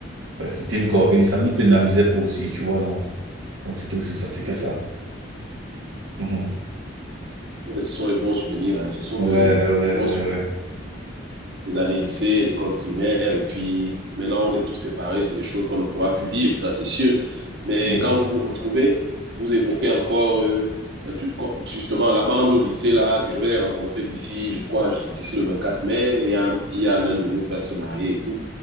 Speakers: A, on the right (about 80°); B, on the right (about 55°).
A: Bref, c'était une corvée, ça ne nous pénalisait pas aussi, tu vois, non. Donc c'était aussi ça, c'était
B: Ouais.
A: ça.
B: Ouais,
A: Mhm.
B: mais ce sont les bons souvenirs. hein. Ce sont
A: Ouais,
B: de,
A: ouais,
B: de bons
A: ouais,
B: souvenirs.
A: ouais.
B: les années lycée, l'école primaire, et puis maintenant on est tous séparés, c'est des choses qu'on ne pourra plus vivre, ça c'est sûr. Mais
A: Mhm.
B: quand vous vous retrouvez, vous évoquez encore euh, euh, tout, justement la bande au lycée là, que je vais les rencontrer d'ici, je crois, d'ici le 24 mai, il y a, il y a l'un de nous qui va se marier et tout.